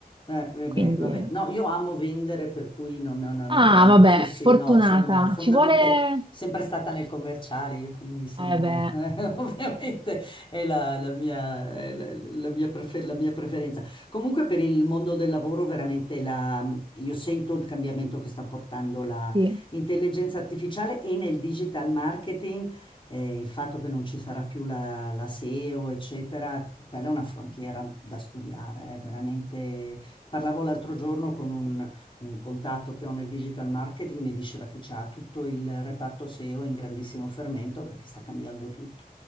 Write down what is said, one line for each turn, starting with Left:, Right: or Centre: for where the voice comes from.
Left: Eh, eh,
Right: Quindi,
Left: beh, vabbè, no, io amo vendere, per cui non, non- non
Right: ah,
Left: è quello.
Right: vabbè,
Left: Sì, sì,
Right: fortunata.
Left: no, sono fondamentalmente,
Right: Ci vuole,
Left: beh, sempre stata nel commerciale, io quindi sono,
Right: eh beh,
Left: <laughs> eh, ovviamente, è la, la mia, è la- la mia prefe- la mia preferenza. Comunque per il mondo del lavoro, veramente, la, io sento il cambiamento che sta portando la
Right: sì,
Left: intelligenza artificiale e nel digital marketing. eh, il fatto che non ci sarà più la, la SEO, eccetera, quella è una frontiera da studiare, è veramente Parlavo l'altro giorno con un, un contatto che ho nel digital marketing, mi diceva che c'ha tutto il reparto SEO in grandissimo fermento perché sta cambiando tutto.